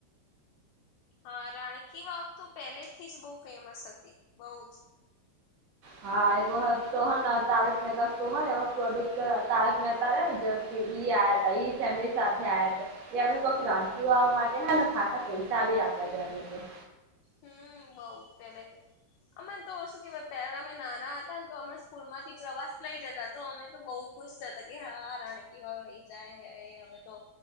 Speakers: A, on the left; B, on the right.
A: હા રાણકી વાવ તો પહેલે થી જ બહુ ફેમસ હતી બઉ જ.
B: હા એક વહત તો તારક મહેતા શો હેને એમા પ્રોડુસર તારક મહેતા રે ને ઇ આયા હતા, ઇ ફેમિલી સાથે આયા હતા. કે એમને કોક ધનકીવા માટે હ ને ખાસા પૈસા બી આપ્યા છે એમને તો.
A: હમ્મ બઉ પેલે અમે તો શું કેવાય પહેલા અમે નાના હતા ને તો અમે સ્કૂલ માંથી પ્રવાસ લઈ જતા તો અમે તો બઉ ખુશ થતા હા કે રાણ કી વાવ લઈ જાય કે હવે તો